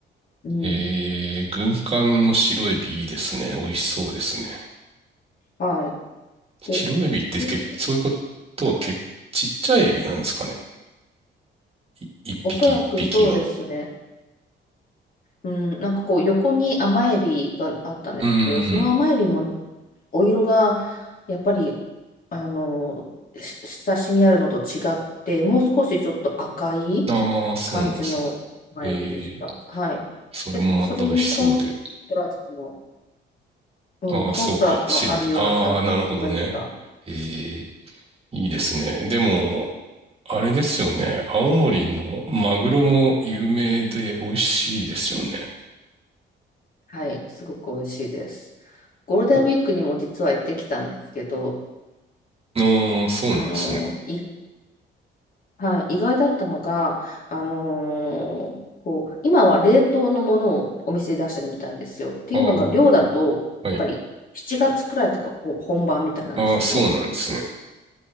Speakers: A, on the left (about 45°); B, on the right (about 30°).
A: うん
B: えー、軍艦の白エビいいですね。美味しそうですね。
A: はいで、
B: 白エビってけ、
A: 普通
B: そういうことはけ、ちっちゃいエビなんですかね。い一匹一匹は。
A: おそらくそうですね。うん、なんかこう横に甘エビがあったんですけど、
B: うーん。
A: その甘エビもねお色がやっぱりあのし親しみあるのと違って、もう少しちょっと赤い
B: ああ、そうなんですね。
A: 感じの甘エビでした。
B: えー、
A: はい。
B: それもまた美味しそうで。
A: で、それにコンストラストの、うん、
B: ああ、
A: コンストラストのあるような感じの白エビが、
B: そうか。白で。ああ、なるほどね。ええ、いいですね。でも、あれですよね。青森のマグロも有名で美味しいですよね。
A: はい、すごく美味しいです。ゴールデンウィークにも実は行ってきたんですけど、
B: お、ああ、そうなんですね。
A: あの、意はい、意外だったのが、あのーこう今は冷凍のものをお店で出してるみたいなんですよ。っていうのが量だとやっぱり7月くらいからこう本番みたいなんですよね。
B: ああ、はい。ああ、そうなんですね。